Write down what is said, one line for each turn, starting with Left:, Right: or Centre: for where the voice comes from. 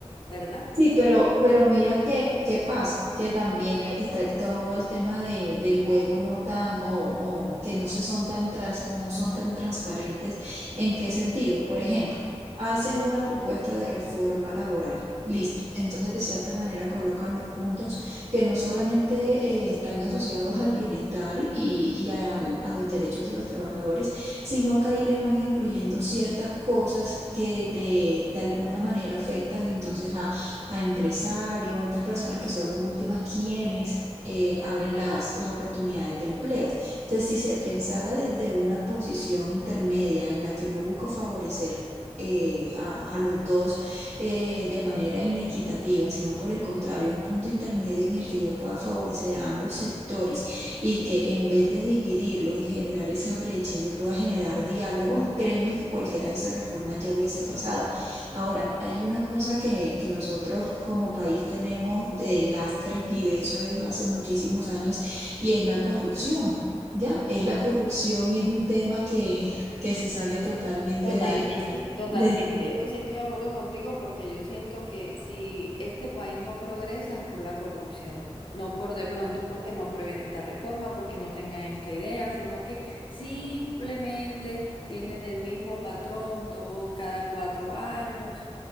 Left: ¿verdad?
Right: Sí, pero, pero mira que, qué pasa, que también hay- está el- todo el tema de, del juego no tan, o, o que no se son tan trans- no son tan transparentes. ¿En qué sentido? Por ejemplo, hacen una propuesta de reforma laboral. Listo. Entonces, de cierta manera, colocan los puntos que no solamente eh, están asociados al bienestar y, y al- a los derechos de los trabajadores, sino que ahí le van incluyendo ciertas cosas que de, de alguna manera afectan entonces a a empresarios, a estas personas que son en últimas quienes eh, abren las, las oportunidades de empleo. Entonces, si se pensara desde una posición intermedia en la que no busco favorecer eh, a, a los dos eh, de manera inequitativa, sino por el contrario, un punto intermedio en el que yo pueda favorecer a ambos sectores y que en vez de dividirlos y generar esa brecha, yo pueda generar diálogo, créeme que cualquiera de esas reformas ya hubiese pasado. Ahora, hay una cosa que, que nosotros como país tenemos de lastre y de eso es hace muchísimos años y es la corrupción. Ya, es la corrupción y es un tema que, que se sale totalmente
Left: Totalmente,
Right: de,
Left: totalmente.
Right: de
Left: Eso sí estoy de acuerdo contigo porque yo siento que si este país no progresa es por la corrupción, no por de pronto porque no previene esta reforma, porque no tengan esta idea, sino que simplemente tienen el mismo patrón todo cada cuatro años.